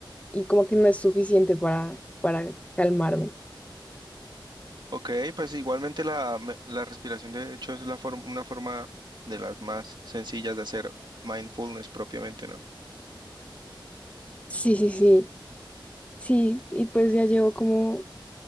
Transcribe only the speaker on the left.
y como que no es suficiente para, para calmarme.
Sí, sí, sí, sí. Y pues ya llevo como,